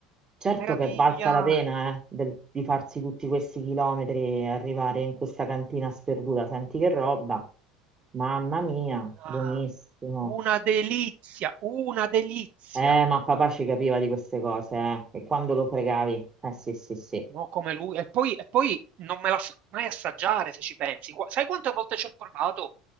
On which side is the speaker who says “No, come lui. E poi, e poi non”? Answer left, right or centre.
Right